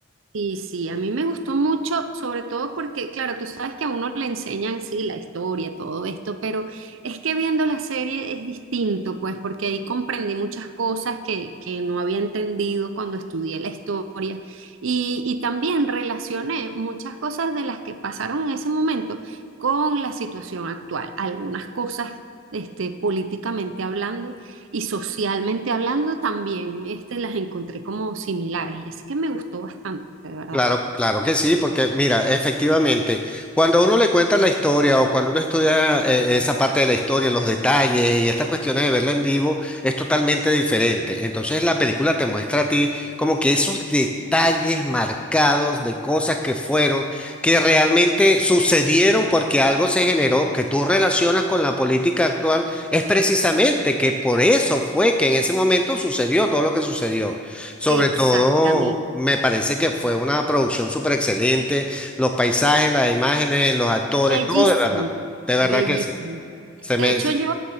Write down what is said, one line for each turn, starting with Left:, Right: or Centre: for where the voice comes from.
Right: Sí, sí, a mí me gustó mucho, sobre todo porque, claro, tú sabes que a uno le enseñan, sí, la historia, todo esto, pero es que viendo la serie es distinto, pues, porque ahí comprendí muchas cosas que, que no había entendido cuando estudié la historia y, y también relacioné muchas cosas de las que pasaron en ese momento con la situación actual, algunas cosas, este, políticamente hablando y socialmente hablando también, este, las encontré como similares y así que me gustó bastante, de verdad.
Centre: Claro, claro que sí, porque mira, efectivamente, cuando uno le cuenta la historia o cuando uno estudia eh, esa parte de la historia, los detalles y estas cuestiones de verla en vivo, es totalmente diferente. Entonces la película te muestra a ti como que esos detalles marcados de cosas que fueron, que realmente sucedieron porque algo se generó, que tú relacionas con la política actual, es precisamente que por eso fue que en ese momento sucedió todo lo que sucedió. Sobre
Right: Exactamente.
Centre: todo, me parece que fue una producción súper excelente. Los paisajes, las imágenes, los actores,
Right: Bellísimo,
Centre: todo de verdad. De verdad
Right: bellísimo.
Centre: que sí. Se
Right: De
Centre: me...
Right: hecho,
Centre: se-
Right: yo,